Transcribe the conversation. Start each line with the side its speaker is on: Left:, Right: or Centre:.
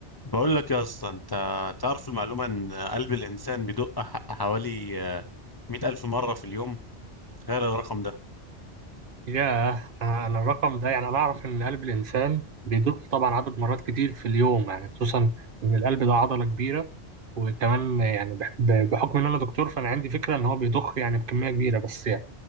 Left: بقول لك يا اسطى انت تعرف المعلومه ان قلب الانسان بيدق ح- حوالي آه، 100,000 الف مره في اليوم تخيل الرقم ده
Right: ياه أنا الرقم ده يعني أنا أعرف إن قلب الإنسان بيدق طبعا عدد مرات كتير في اليوم يعني خصوصا إن القلب ده عضلة كبيرة وكمان يعني بح- ب- بحكم إن أنا دكتور فأنا عندي فكرة إن هو بيضخ يعني بكمية كبيرة بس يعني